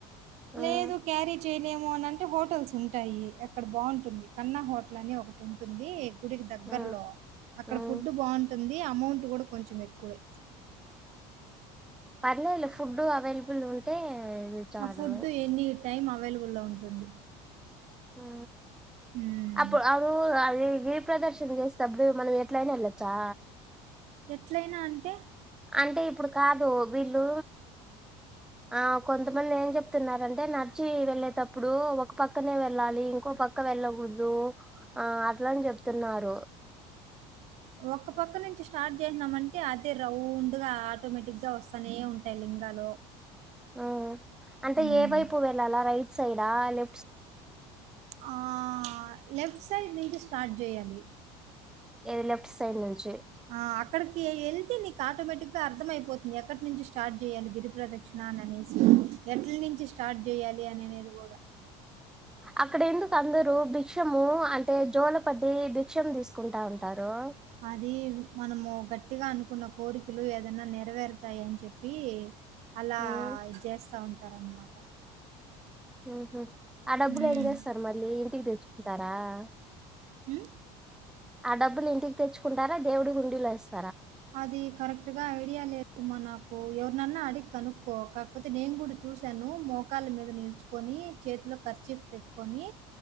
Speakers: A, in the centre; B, on the right (about 60°).
A: ఉమ్
B: లేదు కారీ చేయలేము అని అంటే హోటల్స్ ఉంటాయి, అక్కడ బాగుంటుంది కన్నా హోటల్ అని ఒకటి ఉంటుంది. గుడికి దగ్గరలో
A: ఉమ్
B: అక్కడ
A: ఉమ్
B: ఫుడ్ బం ంది అమౌంట్ కూడా కొంచెం ఎక్కువే
A: పర్లేల ఫుడ్ అవైలబుల్ ఉంటే ఇది చాలు
B: ఆ ఫుడ్ ఎన్ని టైం అవైలబులో ఉంటుంది
A: ఆ
B: హ్మ్.
A: అప్పు అవు అది ఏ ప్రదర్శన చేస్తప్పుడు మనం ఎట్లయినా వెళ్ళొచ్చా
B: ఎట్లైనా అంటే
A: అంటే ఇప్పుడు కాదు వీళ్ళు, ఆ కొంతమంది ఏం చెప్తున్నరు అంటే నడిచి వెళ్ళేటప్పుడు ఒక పక్కనే వెళ్ళాలి, ఇంకో పక్క వెళ్ళకూడదు ఆ అట్లని చెప్తున్నారు
B: ఉ ఒక్క పక్క నుంచి స్టార్ట్ చేసినామ అంటే, అదే రౌండ్ గా ఆటోమేటిక్గా వస్తానే ఉంటాయి లింగాలు
A: అ అంటే
B: హ్మ్.
A: ఏ వైపు వెళ్ళాలా రైట్ సైడ్ ఆ లే
B: ఆ లెఫ్ట్ సైడ్ నుంచి స్టార్ట్ చేయాలి
A: ఏది లెఫట్ సైడ్ నుంచి
B: ఆ అక్కడికి వెళ్తే నీకు ఆటోమేటిక్గా అర్థం అయిపోతుంది ఎక్కడి నుంచి స్టార్ట్ చేయాలి గిరి ప్ర్రదక్షిణ అని అనేసి ఎట్ల నుంచి స్టార్ట్ చేయాలి అనినేది కూడా
A: అక్కడ ఎందుకు కందరు భిక్షము అంటే జో భిక్షము తీసుకుంటా ఉంటారు
B: అది మనము గట్టిగా అనుకున్న కోరికలు ఏదైన్నా నెరవేరుతాయి అని చెప్పి అలా
A: ఉమ్
B: చేస్తా ఉంటారు అన్నమాట
A: ఉహు ఆ డబ్బులు
B: ఉమ్
A: ఏం చేస్తారు మళ్ళీ ఇంటికి తెచ్చుకుంటార ఆ
B: మ్
A: ఆ డబ్బులు ఇంటికి తెచ్చుకుంటారా దేవుడి హుండీలో వేస్తా
B: అది కరెక్ట్ గా ఐడియా లేదు మా నాకు ఎవరినన్నా అడిగి కనుక్కో కాకపోతే నేను కూడా చూసాను మోకాల మీద నిల్చుకొని చేతిలో కర్చీఫ్ పెట్టుకొని.